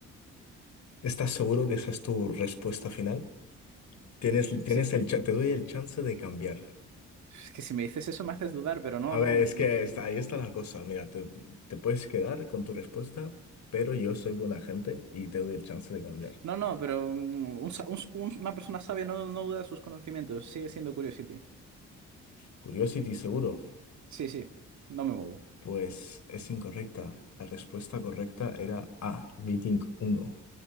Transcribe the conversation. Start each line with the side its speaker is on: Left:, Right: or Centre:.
Left: ¿Estás seguro que esa es tu respuesta final? Tienes, tienes
Right: Sí,
Left: el, cha- te doy el chance de cambiar.
Right: es que si me dices eso me haces dudar, pero
Left: A
Right: no,
Left: ver,
Right: no,
Left: es
Right: no.
Left: que está- ahí está la cosa. Mira, te, te puedes quedar con tu respuesta, pero yo soy buena gente y te doy el chance de cambiar.
Right: No, no, pero mm, un sa- un- un- una persona sabia no, no duda de sus conocimientos, sigue siendo Curiosity.
Left: Curiosity, seguro.
Right: Sí, sí, no me muevo.
Left: Pues es incorrecta. La respuesta correcta era A, Viking uno,